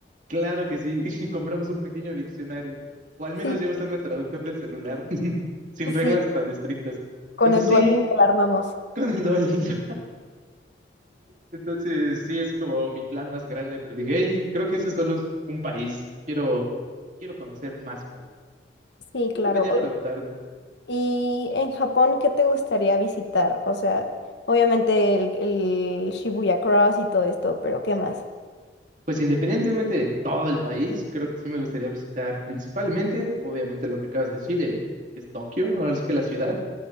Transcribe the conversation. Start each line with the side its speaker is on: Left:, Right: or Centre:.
Right: Claro que sí, <laughs> y compramos un pequeño diccionario, o al menos
Left: Sí,
Right: ya usando el traductor del celular, <laughs> sin reglas
Left: sí,
Right: tan estrictas.
Left: con
Right: Entonces
Left: el
Right: sí,
Left: Duolingo la armamos.
Right: con el Duolingo. Entonces, sí, es como mi plan más grande, pero dije, hey, creo que ese solo es un país, quiero, quiero conocer más países. Entonces,
Left: Sí,
Right: sí,
Left: claro.
Right: venía a preguntarte,
Left: Y en Japón, ¿qué te gustaría visitar? O sea, obviamente el, el Shibuya Cross y todo esto, pero ¿qué más?
Right: pues independientemente de todo el país, creo que sí me gustaría visitar principalmente, obviamente lo que acabas de decir, eh, que es Tokio, ahora sí que la ciudad,